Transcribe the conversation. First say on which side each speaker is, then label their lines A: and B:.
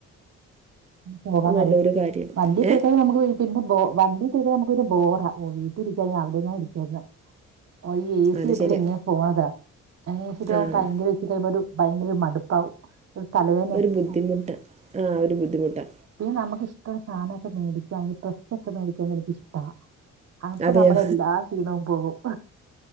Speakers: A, on the right; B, on the right.
A: പോകാൻ
B: അത് നല്ലൊരു
A: പറയി
B: കാര്യം
A: വണ്ടി കേക്കതെ
B: ഏഹ്
A: നമുക്ക് പിന്നെ ബ വണ്ടി കേട്ട നമുക് ഒരു ബോറാ ഓ വീട്ടിലരിക്കാ അവിടെന്നാ ഇരിക്കായിുന്ന ഐയെ ഈ എ സി
B: അത്
A: കിട്ടേ
B: ശരിയാ
A: ഇങ്ങനെ പോണതാ അങ്ങന എ സീട്ട പോുമ്പോ
B: ആഹ്
A: ഭയങ്കര വെച്ചി കഴിയുമ്പോ ഒരു ഭയങ്കര മടുപ്പാവും. തല വേദന
B: ഒരു ബുദ്ധിമുട്ട് ആഹ് ഒരു ബുദ്ധിമുട്ട്.
A: പി നമുക്ക് ഇഷ്ട ഉള്ള സാനക്കെ മേടിക്ക അയ്ന് പ്രശ് <unintelligible> ക്ക മേടിക്ക എനിക്ക്ഷ്ട അപ്പ
B: അതെയോ
A: നമ്മെടെ എല്ലാ ക്ഷീണാം പോകും.